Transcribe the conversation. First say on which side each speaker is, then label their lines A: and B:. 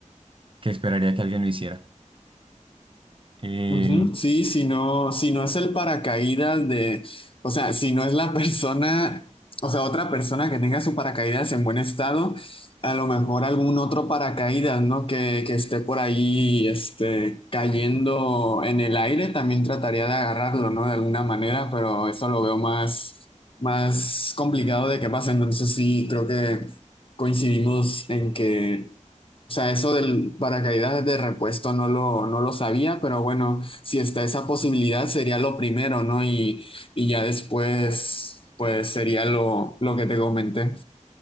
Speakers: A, on the right; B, on the left.
A: que esperaría que alguien lo hiciera. Eh,
B: Ujú, Sí, si no, si no es el paracaídas de, o sea, si no es la persona, o sea, otra persona que tenga su paracaídas en buen estado, a lo mejor algún otro paracaídas, ¿no? Que, que esté por ahí, este, cayendo en el aire, también trataría de agarrarlo, ¿no? De alguna manera, pero eso lo veo más, más complicado de que pase. Entonces sí, creo que coincidimos en que o sea, eso del paracaídas de repuesto no lo, no lo sabía, pero bueno, si está esa posibilidad sería lo primero, ¿no? Y, y ya después, pues sería lo, lo que te comenté.